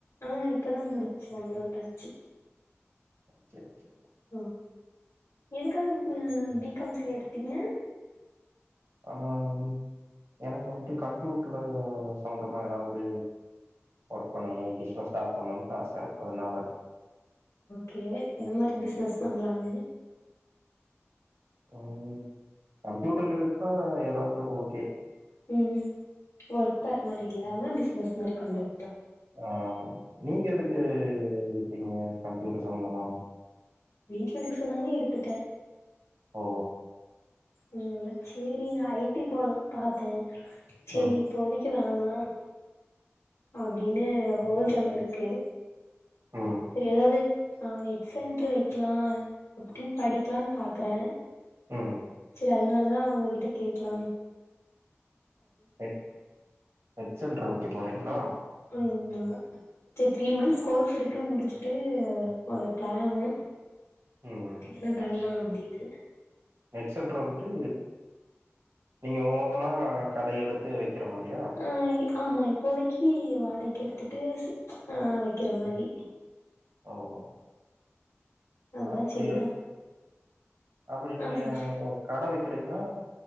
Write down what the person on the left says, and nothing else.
ஆஹ் இப்பதா முடிஞ்ச்சு ஒன் மந்த் ஆச்சு
ம் எதுக்காகப் அ பி காம் சி ஏ எடுத்தீங்க
கே எந் மாரி பிஸ்னஸ் பண்லானு
ம் ம் ஒர்க் பேற மாரி இல்லாம பிஸ்னஸ் மாரி பண்றி
வீட்ல எடுக் சொன்னாங்க எடுத்துட்டே
ம் ல்ல சேரி ஐ டி போலான் பாத்தே சேரி
இப்போதைக்கி வேணா அ அப்டினு ஹோல்டர்லருக்கு
எதாவ்து ஆ நெட் சென்ட்ரு வெக்லா அப்டின் படிக்லான் பாக்றே
ல அதுனாலதா உங்ககிட்ட கேக்லா
ஆம்மா செர் த்ரீ மன்ஸ் கோர்ஸ் இருக்கு முடிச் ச்சுட்டு ஒரு பிளானு
என்ன பண்லா அப் ப்டினு
ஆ ஆமா இப்போதைக்கி வாடைக்கு எடுத்துட்டு ஸ் ஆ வெக்கிற மாரி
அதா
சரி
என்ன
ஆ சொல்